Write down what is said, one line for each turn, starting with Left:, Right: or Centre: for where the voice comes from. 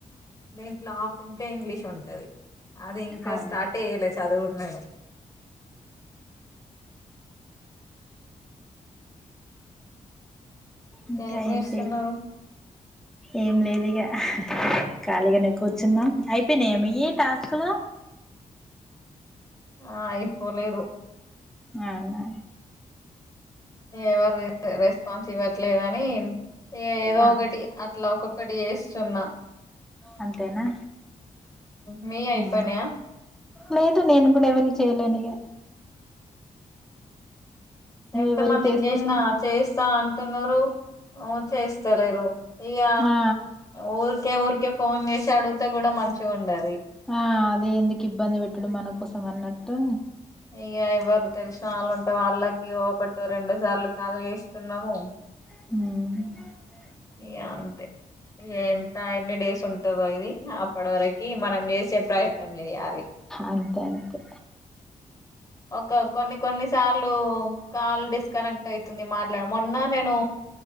Left: దీంట్లో ఆఫ్ ఇంకా ఇంగ్లీష్ ఉంటది అది ఇంకా
Centre: అవునా
Left: స్టార్ట్ చెయ్యలే చదువు నేను
Centre: ఇంకా
Left: ఏం
Centre: ఏంటి
Left: చేస్తున్నారు
Centre: ఏం లేదు ఇగా ఖాళీగా కూర్చున్న
Left: ఉమ్,
Centre: అయిపోయినా మీయి ఏ టాస్క్ లో
Left: ఆ అయిపొలేదు
Centre: అనా
Left: ఎవరు రెస్పాన్స్ ఇవ్వట్లేదుని ఏదో
Centre: ఆ
Left: ఒకటి ఇట్లా ఒక్కొక్కటి వేస్తున్నా
Centre: అంతేనా
Left: మీ అయిపోన్యా
Centre: ఆ లేదు నేను కూడా ఎవరి చేయలేని ఇగ
Left: ఎంత
Centre: ఎవరికి
Left: మంది
Centre: చేసినా
Left: చేసిన చేస్తా అ ఉన్నారు చేయిస్తలేరు ఇక
Centre: ఆ
Left: ఊ ఏ ఊరికే ఫోన్ చేసి అడిగితే కూడా మంచిగా ఉండది
Centre: ఆ అది ఎందుకు ఇబ్బంది పెట్టటుడు మన కోసం అన్నట్టు
Left: ఇగ ఎవారు తెలుసు కాలు ఉంటే వాళ్ళకి ఒకటి రెండు సార్లు కాలు చేయిస్తున్నాము
Centre: ఉమ్
Left: ఇగ అంతే ఎంత ఎన్ని డేస్ ఉంటదో ఇది అప్పటి వరకి మనం చేసే ప్రయత్నం చెయ్యాలి
Centre: అంతే అంతే
Left: ఒక కొన్ని కొన్ని సార్లు కాల్ డిస్కనెక్ట్ అవుతుంది మాట్లాడ మొన్న నేను